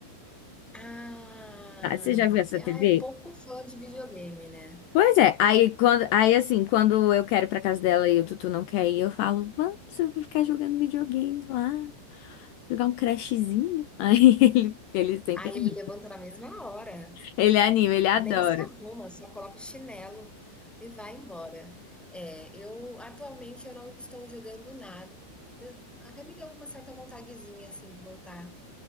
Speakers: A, in the centre; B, on the left.
A: Ah,
B: Ah, Você já viu essa
A: que ela
B: TV?
A: é pouco fã de videogame, né.
B: Pois é, aí quando, aí assim, quando eu quero ir pra casa dela e o Tutu não quer ir, eu falo, vamos, eu vou ficar jogando videogame lá, jogar um Crashzinho. Aí <laughs> ele, ele sempre,
A: Aí
B: anima.
A: ele levanta na mesma hora.
B: ele anima, ele adora.
A: Nem se arruma, só coloca o chinelo e vai embora. É, eu atualmente eu não estou jogando nada. Até me deu uma certa vontadezinha assim de voltar